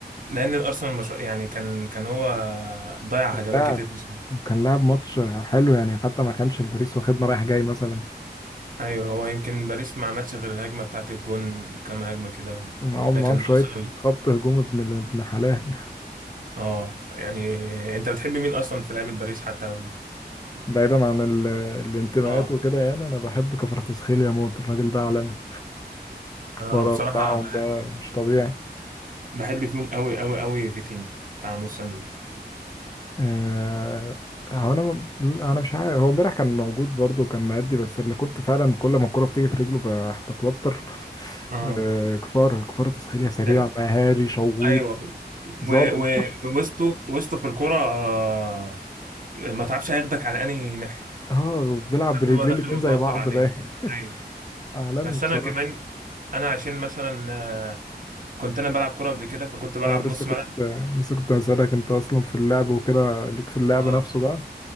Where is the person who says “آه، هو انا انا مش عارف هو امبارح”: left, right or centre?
Left